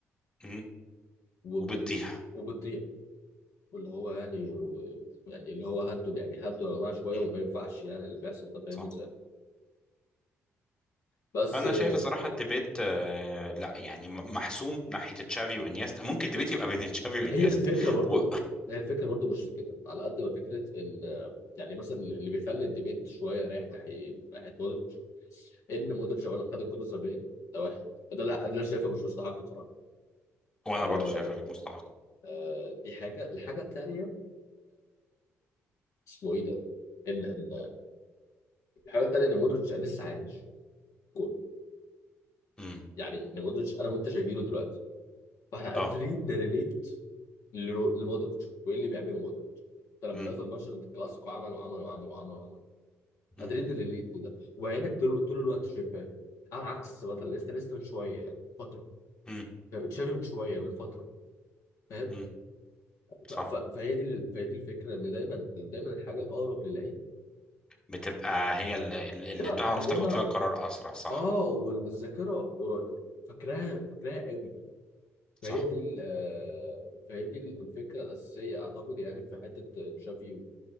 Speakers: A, on the left (about 15°); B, on the left (about 70°).
A: مم.
B: وب-
A: وبتضيع
B: وبتضيع واللي هو يعني يعني اللي هو هدوا يعني هدوا يا جماعه شويه
A: مم.
B: وما ينفعش يعني اللي بيحصل ده فاهم
A: صح
B: ازاي بس
A: فانا
B: آه،
A: شايف الصراحه الديبيت آه لا يعني م- محسوم ناحيه تشافي وانيستا ممكن الديبيت يبقى بين تشافي وانيستا
B: هي الفكره برضو
A: و...
B: هي الفكره برضو مش في كده على قد ما فكره ال يعني مثلا اللي بيخلي الديبيت شويه رايح ناحيه ناحيه مودريتش ان مودريتش اولا خد الكره الذهبيه ده واحد ده اللي أنا شايفه مش مستحق بصراحه
A: وانا
B: آه
A: برضو شايفها غير مستحق
B: آه دي حاجه الحاجه الثانيه اسمه ايه ده ان ان الحاجه الثانيه ان مودريتش لسه عايش جول
A: امم
B: يعني ان مودريتش انا وانت شايفينه دلوقتي فاحنا قادرين
A: اه
B: نريليت لرو- لمودريتش وايه اللي بيعمله مودريتش ده لما
A: امم
B: نزل ماتش الكلاسيكو عمل وعمل وعمل وعمل وعمل
A: امم
B: قادرين نريليت لده وعينك طول طول الوقت شايفاه على عكس مثلا لسه لسه من شويه يعني فتره
A: امم
B: فاهم؟ تشافي من شويه من فتره فاهم؟
A: امم
B: ف-
A: صح
B: ف- فهي دي ال- فهي دي الفكره ان دايما دايما الحاجه الاقرب للعين
A: بتبقى هي اللي, اللي
B: تبقى
A: تعرف
B: معلمه
A: تاخد فيها قرار اسرع صح
B: اه والذاكره قرا- فاكراها فاكراها قوي فهي
A: صح
B: دي ال- آه، فهي دي ال- الفكره الاساسيه اعتقد يعني في حته تشافي و